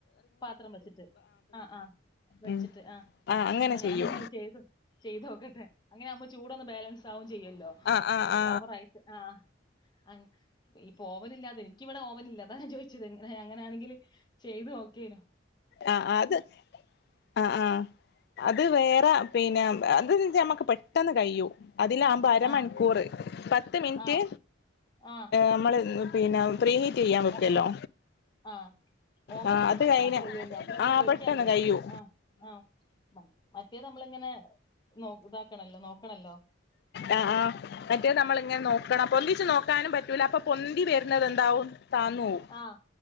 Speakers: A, on the left (about 25°); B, on the left (about 55°).
A: പാത്രം വെച്ചിട്ട് ആ ആ വെച്ചിട്ട്
B: ഉം
A: ആ പാത്രേം വെച്ചിട്ട് ആ ആ വെച്ചിട്ട്
B: അങ്ങനെ
A: എന്നാ
B: ചെയ്യൂ
A: ഞാനങ്ങനെ ചെയ്തു ചെയ്തോക്കട്ടെ അങ്ങനെ ആവുമ്പോ ചൂടൊന്ന് ബാലൻസ് സാവും ചെയ്യല്ലോ
B: ആ ആ ആ
A: ഓവറയിട്ട് ആ ആ ഇപ്പൊ ഓവനില്ലാതെ പ്പോ എനിക്കിവിടെ ഓവനില്ല അതാ ഞാൻ ചോദിച്ചത് ങ്ങനെ അങ്ങനെയാണെങ്കില് ചെയ്ത് നോ ക്കേനു
B: ആ അത് ആ ആ അത് വേറെ പിന്നെ അതൊന്ന് ഞമ്മക്ക് പെട്ടെന്ന് കയ്യു അതില ആകുമ്പോ അരമണിക്കൂറ്
A: ആ
B: പത്ത് മിനിറ്റ്
A: ആ ആ
B: നമ്മള് പിനെ ഫ്രീ ഹീറ്റ് ചെയ്യാൻ വെക്കല്ലോ
A: ഓ ആഹ് ഓവനാകുമ്പോ
B: ആ അത്
A: പെട്ടെന്നങ്ങ്
B: കഴിഞ്ഞ
A: കഴിയുവല്ലോ പിന്നെ നമുക്ക്
B: ആ
A: പേടിക്കൻല്ല
B: പെട്ടെന്ന് കഴിയൂ
A: അ ആ മറ്റേതമ്മള് ഇങ്ങനെ നോ ഇതാക്കണല്ലോ നോക്കണല്ലോ
B: ആ ആ മറ്റേത് നമ്മള് ഇങ്ങനെ നോക്കണം പൊന്തിച്ച് നോക്കാനും പറ്റൂല അപ്പൊ പൊന്തി വരുന്നത് എന്താവും താന്നോവും
A: ആഹ്